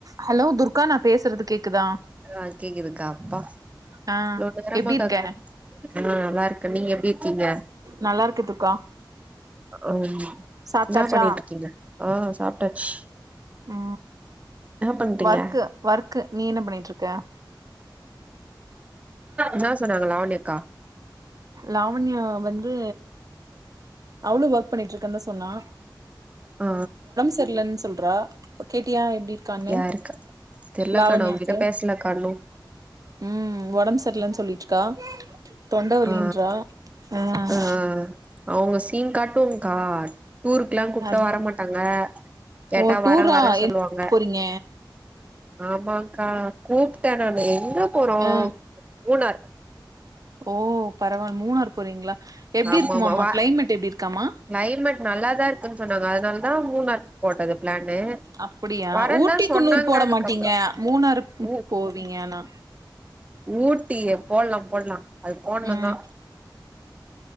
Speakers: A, on the right; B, on the right.
A: ஹலோ துர்கா நா பேசுறது கேக்குதா
B: ஆ கேக்குதுகா அப்பா
A: ஆ
B: இவ்ளோ நேரமா
A: எப்டி இருக்க
B: கத் ஆ நல்லா இருக்கே நீங்க எப்டி இருக்கீங்க
A: நல்லா இருக்க துர்கா
B: ஓ
A: சாப்ட்டாச்சா
B: என்ன பண்ணிட்டு இருக்கீங்க ஆ சாப்ட்டாச்
A: அ
B: பண்றீங்க
A: வொர்க்கு வொர்க்கு நீ என்ன பண்ணிட்டு இருக்க
B: என்ன சொன்னாங்க லாவன்யா அக்கா
A: லாவண்யா வந்து அவளு ஒர்க் பண்ணிட்டு இருக்கனு தா சொன்னா
B: ஆ
A: தெர்லன்னு சொல்றா கேட்டியா எப்டி இருக்கான்னு
B: யாருக்கு தெர்லக்கா
A: லாவண்யாக்கு
B: நா அவங்ககிட்ட பேசலக்கா இன்னு
A: ம் உடம்பு சரியலன்னு சொல்லிட்டு இருக்கா தொண்டவலின்றா
B: ஆ
A: ம்
B: ஆ அவங்க சீன் காட்டுங் கா ஊர்க்குல்லா கூப்ட்டா
A: அது
B: வர மாட்டாங்க கேட்டா
A: ஓ டூரா
B: வர வரன்னு
A: எங்
B: சொல்லுவாங்க
A: போறீங்க
B: ஆமாக்கா கூப்பிட்டே நானு எங்க போறோ
A: ஆ
B: மூணார்
A: ஓ பரவாயில்ல மூணார் போறீங்களா எப்டி
B: ஆமா
A: இருக்குமாமா
B: ஆமா வ
A: கிளைமேட் எப்டி இருக்காமா
B: கிளைமேட் நல்லாதா இருக்குன்னு சொன்னாங்க அதனால தா மூணார் போட்டது பிளான்னு
A: அப்டியா
B: வரந்தா
A: ஊட்டி
B: சொன்னாங்க
A: குன்னூர் போட
B: அதுக்கப்பறோ
A: மாட்டீங்க மூணாறு
B: உ
A: போவீங்க ஆனா
B: ஊட்டியே போடலா போடலா அது போடணும்தா
A: ம்